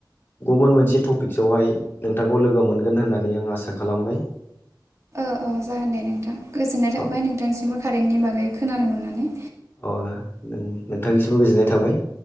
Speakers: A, on the left (about 25°); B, on the right (about 40°).
A: गुबुन मोनसे टपिकसआवहाय नोंथांखौ लोगो मोनगोन होननानै आं आसा खालामबाय।
B: ओ जागोन दे नोंथां गोजोननाय थाबाय
A: अ
B: नोंथांसिमबो कारेन्टनि बागै खोनानो मोननानै
A: अ नों नोंथांनिसिमबो गोजोननाय थाबाय।